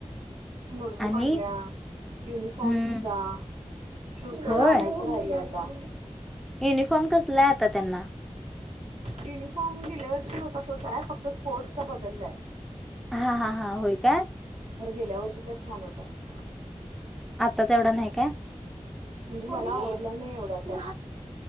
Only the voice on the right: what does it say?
नोटबुक
आणल्या युनिफॉर्म
तिचा शूज तेवढं
आणायचं राहिलंय आता
युनिफॉर्म गेल्या वर्षी होता तोच आहे फक्त स्पोर्ट्सच बदललाय
तर गेल्या वर्षीचाच छान होतात.
म्हणजे मला आवडलं नाही एवढं काय